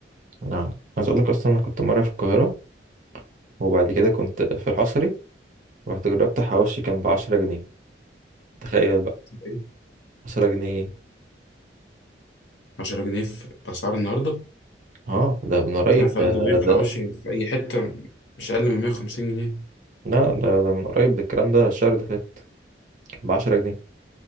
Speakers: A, on the right; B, on the left.
A: لا عايز اقول لك اصلا انا كنت مرة في القاهرة وبعد كده كنت في الحصري رحت جربت حواوشي كان بعشرة جنيه تخيل بقى
B: ايه
A: عشرة جنيه
B: 10 جنيه في باسعار النهارده
A: اه ده من قريب
B: انت عارف اقل
A: ده
B: رغيف
A: ده
B: حواشي في اي حته مش اقل من 150 جنيه
A: لا ده, ده من قريب ده الكلام ده الشهر اللي فات كان بعشرة جنيه